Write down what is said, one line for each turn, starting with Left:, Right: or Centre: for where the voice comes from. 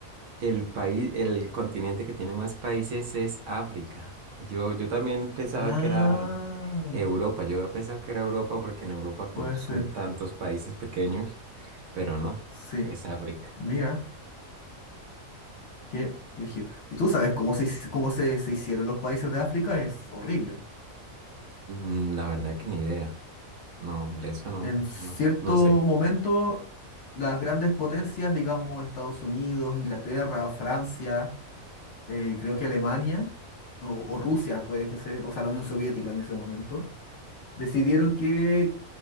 Right: El país, el continente que tiene más países es África. Yo, yo también pensaba
Left: Ah,
Right: que era Europa. Yo había pensado que era Europa porque en Europa como
Left: puede
Right: son
Left: ser.
Right: tantos países pequeños, pero no,
Left: Sí.
Right: es África.
Left: Mira. Qué brígido. Y tú sabes cómo se, hici- cómo se, se hicieron los países de África, es horrible.
Right: Mm, La verdad que ni idea. No, de eso no,
Left: En cierto
Right: no, no sé.
Left: momento, las grandes potencias, digamos Estados Unidos, Inglaterra, Francia, eh, creo que Alemania, o, o Rusia puede que sea, o sea, la Unión Soviética en ese momento, Decidieron que